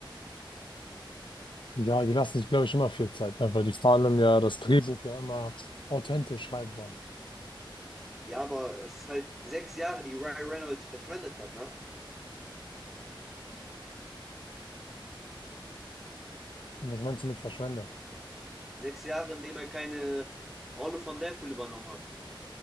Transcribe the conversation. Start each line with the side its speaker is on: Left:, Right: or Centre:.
Left: Ja, die lassen sich, glaube ich, immer viel Zeit, ne? Weil die vor allem ja das Drehbuch ja immer authentisch schreiben wollen.
Centre: Ja, aber das ist halt sechs Jahre, die Ryan Reynolds verschwendet hat, ne?
Left: Und was meinst du mit verschwendet?
Centre: Sechs Jahre, in denen er keine Rolle von Deadpool übernommen hat.